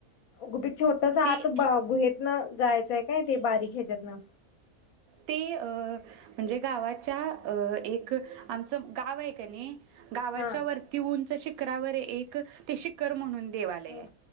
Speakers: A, on the left (about 75°); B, on the right (about 75°).
A: गुपित छोटस
B: ते
A: आत बा गुहेत न जायचंय काय ते बारीक हेच्यातन
B: ते अ म्हणजे गावाच्या अ एक आमचं गाव आहे कनी गावाच्या
A: हा
B: वरती उंच शि -- शिकरावर एक ते शिखर म्हणून देवालय
A: हा
B: हाय